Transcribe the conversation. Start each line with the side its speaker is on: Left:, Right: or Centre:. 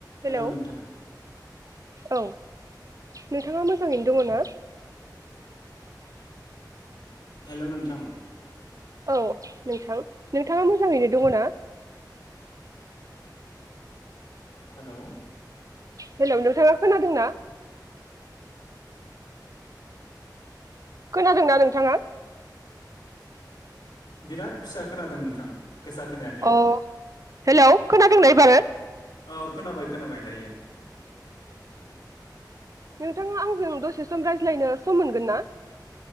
Right: Hello
Left: <inaudible> hello नोंथां
Right: औ नोंथाङा मोजाङैनो दङ ना?
Left: हेल' नोंथां
Right: औ, नोंथां नोंथाङा मोजाङैनो दङ ना?
Left: हेलौ
Right: हेलौ नोंथांङा खोनादों ना? खोनादोंना नोंथाङा?
Left: बिराद फिसा खोनादों नोंथां गोसा खोनायाखै
Right: अ हेलौ खोनादोंना एबारो?
Left: औ खोनाबाय खोनाबाय दायो
Right: नोंथाङा आंजों दसे सम रायज्लायनो सम मोनगोन ना?